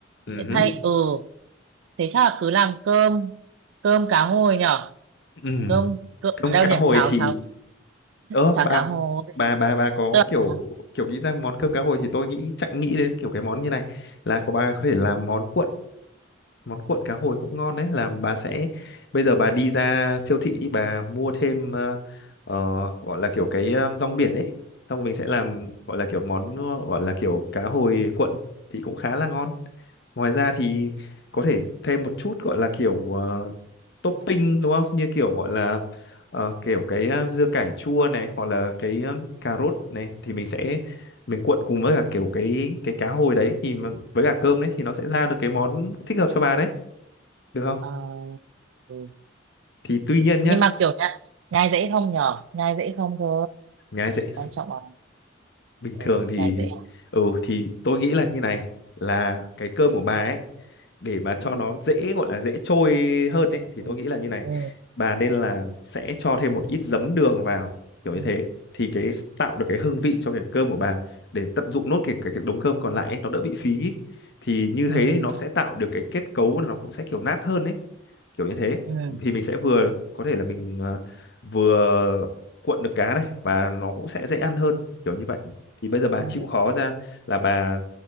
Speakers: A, on the left; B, on the right.
A: ừ
B: thế
A: hứ.
B: thay ừ thế chắc là cứ làm cơm cơm cá hồi nhở
A: ừ
B: cơm cơm
A: cơm
B: ở đâu
A: cá
B: nhỉ
A: hồi
B: cháo
A: thì
B: cháo
A: ơ
B: cháo
A: bà
B: cá hồi
A: bà bà bà có
B: tức là
A: kiểu
B: cháo
A: kiểu nghĩ ra món cơm cá hồi thì tôi nghĩ chẳng nghĩ đến kiểu cái món như này là có bà có thể
B: ừ.
A: làm món cuộn món cuộn cá hồi cũng ngon đấy là bà sẽ bây giờ bà đi ra siêu thị đi bà mua thêm ờ, ờ, gọi là kiểu cái ờ, rong biển ấy xong rồi mình sẽ làm gọi là kiểu món ờ, gọi là kiểu cá hồi cuộn thì cũng khá là ngon ngoài ra thì có thể thêm một chút gọi là kiểu ờ, topping
B: ừ.
A: đúng không như kiểu gọi là ờ, kiểu cái ờ, dưa cải chua này hoặc là cái ờ, cà rốt này thì mình sẽ mình cuộn cùng với cả kiểu cái cái cá hồi đấy thì mà- với cả cơm đấy thì nó sẽ ra được cái món thích hợp cho bà đấy được không
B: Ờ, ừ.
A: thì tuy nhiên nhá
B: nhưng mà kiểu nhai, nhai dễ không nhở nhai dễ không cơ
A: nhà dạy
B: quan trọng là
A: bình
B: ừ,
A: thường thì
B: nhai dễ không?
A: ừ thì tôi nghĩ là như này là cái cơm của bà ấy để mà cho
B: ừ.
A: nó dễ gọi là dễ trôi hơn ấy thì
B: Ừ.
A: tôi nghĩ là như này
B: Ừ.
A: bà nên là sẽ cho thêm một ít giấm đường vào kiểu
B: Ừ.
A: như thế thì cái tạo được cái hương vị cho cái cơm của bà để tận dụng nốt cái cái, cái đống cơm còn lại ấy, nó đỡ bị phí ấy. thì như
B: Ừ.
A: thế thì nó sẽ tạo được cái kết cấu là nó cũng sẽ kiểu nát hơn ấy kiểu như thế
B: Ừ.
A: thì mình sẽ vừa có thể là mình ờ, vừa cuộn được cá này và nó cũng sẽ dễ ăn hơn kiểu như vậy thì bây giờ bà
B: Ừ.
A: chịu khó ra là bà